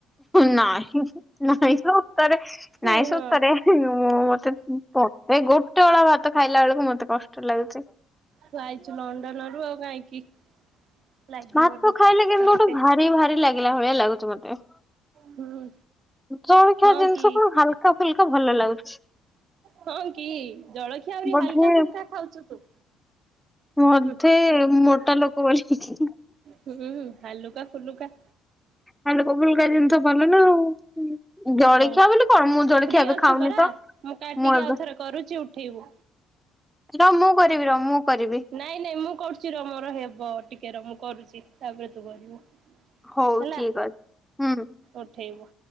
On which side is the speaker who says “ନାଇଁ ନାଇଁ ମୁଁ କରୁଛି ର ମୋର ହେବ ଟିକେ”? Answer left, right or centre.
Right